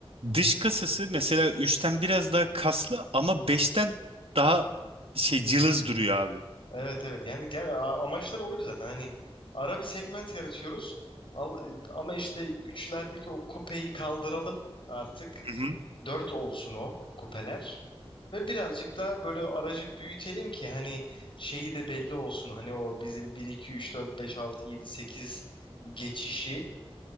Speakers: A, on the right; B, on the left.
A: dış kasası mesela üçten biraz daha kaslı ama beşten daha şey cılız duruyor abi.
B: Evet evet yani gel a- amaçları oydu zaten hani ara bir segment yaratıyoruz al, e, ama işte üçlerdeki o kupeyi kaldıralım artık
A: Hı hı.
B: dört olsun o kupeler ve birazcık daha böyle aracı büyütelim ki hani şeyi de belli olsun hani o bizim bir 2 3 4 5 6 7 8 geçişi